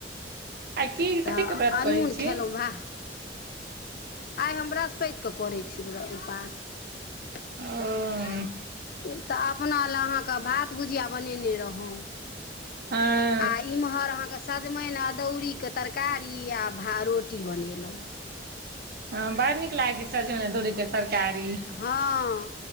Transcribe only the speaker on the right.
आ की
कथीके व्रत
करै छी
ओ
हँ
हँ बड़ नीक लागै छै सजमइन अदौरी के तरकारी